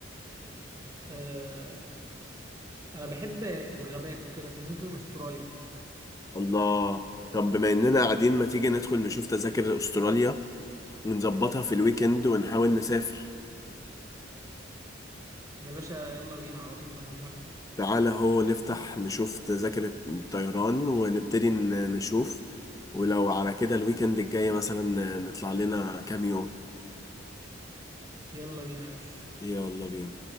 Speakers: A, on the right; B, on the left.
A: آه، انا بحب الغابات وكده فممكن استراليا يعني
B: الله طب بما اننا قاعدين ما تيجي ندخل نشوف تذاكر استراليا ونظبطها في الويكند ونحاول نسافر
A: يا باشا يلا بينا على طول انا موافق
B: تعالى هو نفتح نشوف تذاكر الطيران ونبتدي ن- نشوف ولو على كده الويكند الجاي مثلا نطلع لنا كام يوم
A: يلا بينا يا باشا
B: يلا بينا